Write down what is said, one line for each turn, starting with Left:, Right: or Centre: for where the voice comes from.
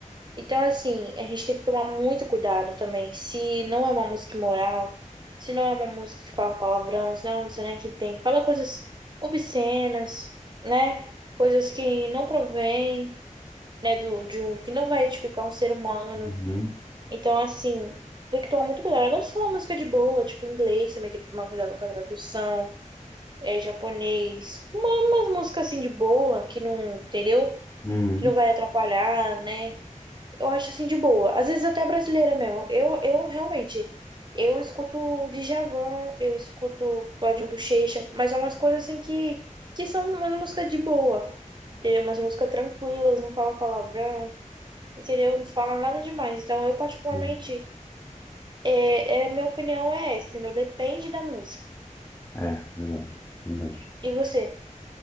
Right: Então, assim, a gente tem que tomar muito cuidado também. Se não é uma música imoral, se não é uma música que fala palavrão, se não é uma música, né, que tem, fala coisas obscenas, né? Coisas que não provém, né, do, de um, que não vai edificar um ser humano.
Left: Uhum,
Right: Então, assim, tem que tomar muito cuidado. Agora, se for uma música de boa, tipo inglês, também tem que tomar cuidado com a tradução, é, japonês, uma, umas músicas assim de boa, que não, entendeu?
Left: uhum,
Right: Que não vai atrapalhar, né? Eu acho assim de boa. Às vezes até brasileira mesmo. Eu, eu realmente, eu escuto Djavan, eu escuto Claudinho Buchecha, mas é umas coisas assim que, que são umas músicas de boa. Entendeu? Umas músicas tranquilas, não fala palavrão, entendeu? Não fala nada demais. Então, eu particularmente.
Left: uhum.
Right: É, é, minha opinião é essa, entendeu? Depende da música.
Left: É, verdade, verdade.
Right: E você?